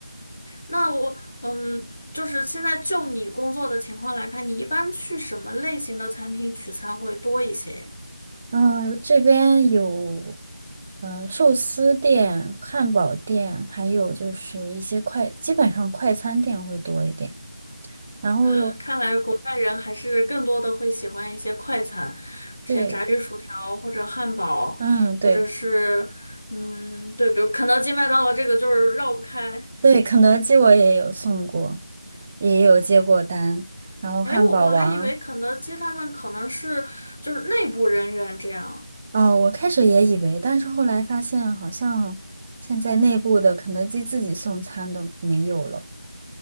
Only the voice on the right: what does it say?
嗯、这边有呃寿司店、汉堡店，还有就是一些快，基本上快餐店会多一点。然后有，
对，嗯，对
对，肯德基我也有送过，也有接过单，然后汉堡王，
哦，我开始也以为，但是后来发现好像现在内部的肯德基自己送餐都没有了。